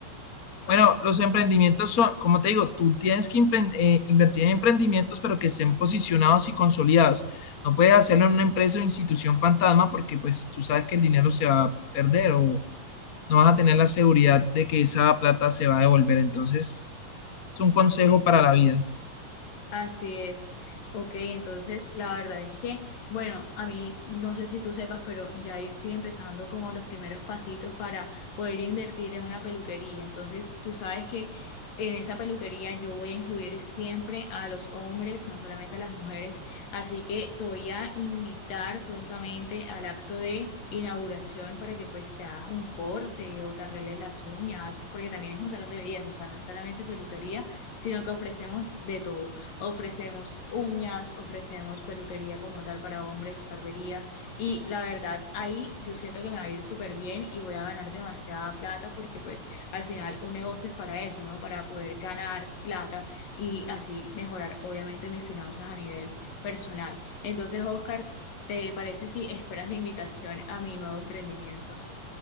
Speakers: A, on the left; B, on the left.
A: Cuéntame.
B: Bueno, los emprendimientos son, como te digo, tú tienes que impren- eh, invertir en emprendimientos, pero que estén posicionados y consolidados. No puedes hacerlo en una empresa o institución fantasma porque pues tú sabes que el dinero se va a perder o no vas a tener la seguridad de que esa plata se va a devolver. Entonces, es un consejo
A: Sí.
B: para la vida.
A: Así es. Ok, entonces la verdad es que, bueno, a mí no sé si tú sepas, pero ya yo estoy empezando como los primeros pasitos para poder invertir en una peluquería. Entonces tú sabes que en esa peluquería yo voy a incluir siempre a los hombres, no solamente a las mujeres. Así que te voy a invitar prontamente al acto de inauguración para que pues te hagas un corte o te arregles las uñas, porque también es un salón de belleza, o sea, no es solamente peluquería, sino que ofrecemos de todo. Ofrecemos uñas, ofrecemos peluquería como tal para hombres, barbería. Y la verdad, ahí yo siento que me va a ir súper bien y voy a ganar demasiada plata porque pues al final un negocio es para eso, ¿no? Para poder ganar plata y así mejorar obviamente mis finanzas a nivel personal. Entonces, Oscar, ¿te parece si esperas la invitación a mi nuevo emprendimiento?